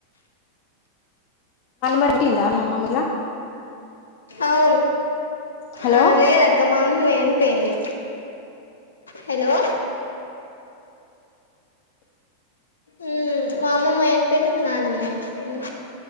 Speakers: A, on the left (about 45°); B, on the left (about 70°).
A: పట్టిందా మీఅమ్ ఇట్లా
B: అవును
A: హలో
B: ఆ లేదక్క మా అమ్మే చనిపోయింది హలో ఉమ్ మా అమ్మమ్మయి అనిపోయింది మా నాన్నమ్మ చనిపోయింది